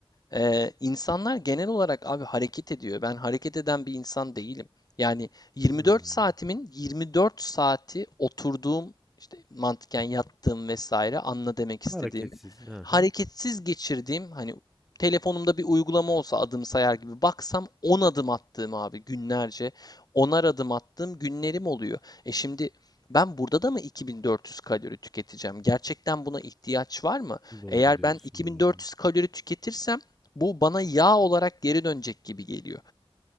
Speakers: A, on the left (about 40°); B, in the centre.
A: ee, insanlar genel olarak abi hareket ediyor. Ben hareket eden bir insan değilim. Yani 24
B: Hmm.
A: saatimin 24 saati oturduğum, işte mantıken yattığım vesaire anla demek istediğimi.
B: Hareketsiz. Aha.
A: Hareketsiz geçirdiğim hani telefonumda bir uygulama olsa adım sayar gibi baksam 10 adım attığım abi günlerce 10'ar adım attığım günlerim oluyor. E şimdi ben burada da mı 2400 kalori tüketeceğim? Gerçekten buna ihtiyaç var mı?
B: Doğru
A: Eğer
B: diyorsun,
A: ben 2400
B: doğru diyorsun.
A: kalori tüketirsem bu bana yağ olarak geri dönecek gibi geliyor.